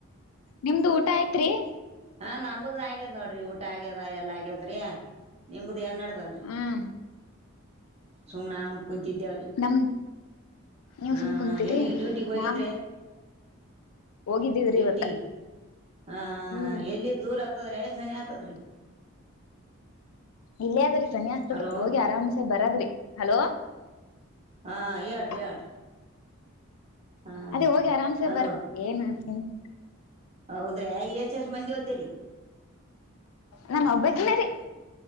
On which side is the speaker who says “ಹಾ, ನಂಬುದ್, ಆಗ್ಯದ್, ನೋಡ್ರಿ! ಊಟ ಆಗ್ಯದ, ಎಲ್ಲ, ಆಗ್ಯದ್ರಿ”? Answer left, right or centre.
Right